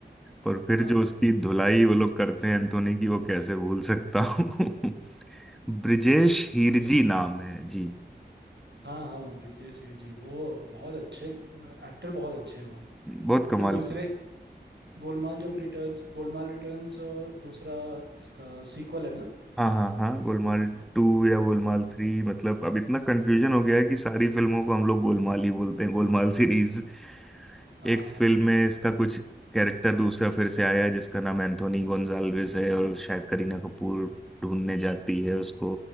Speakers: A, in the centre; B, on the right.
A: पर फिर
B: हाँ
A: जो उसकी धुलाई वो लोग करते हैं एंथोनी की वो कैसे भूल सकता हूँ <laughs> ब्रिजेश हीरजी
B: उसी
A: नाम है जी <laughs>
B: हाँ हाँ ब्रिजेश सेठ जी वो बहुत अच्छे एक्टर बहुत अच्छे हैं वो
A: बहुत कमाल
B: फिर दूसरे गोलमाल जब रिटर्न्स गोलमाल रिटर्न्स दूसरा इसका सीक्वल है ना
A: हाँ हाँ हाँ गोलमाल टू या गोलमाल थ्री मतलब अब इतना कंफ्यूजन हो गया है कि सारी फिल्मों को हम लोग गोलमाल ही बोलते हैं गोलमाल सीरीज
B: हाँ
A: एक फिल्म
B: <laughs>
A: में इसका कुछ
B: दु-
A: कैरेक्टर दूसरा फिर से आया है जिसका नाम एंथोनी गोंजाल्विस है और शायद करीना कपूर ढूंढने जाती है उसको